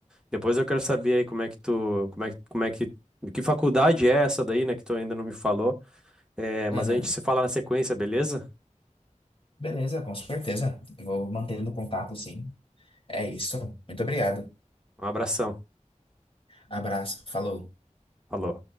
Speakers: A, in the centre; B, on the left.
A: Depois eu quero saber aí como é que tu, como é, que- como é que, que faculdade é essa daí, né, que tu ainda não me falou. É, mas
B: Aham.
A: a gente se fala na sequência, beleza?
B: Beleza, com certeza. Eu vou mantendo contato, sim. É isso. Muito obrigado.
A: Um abração.
B: Abraço. Falou.
A: Falou.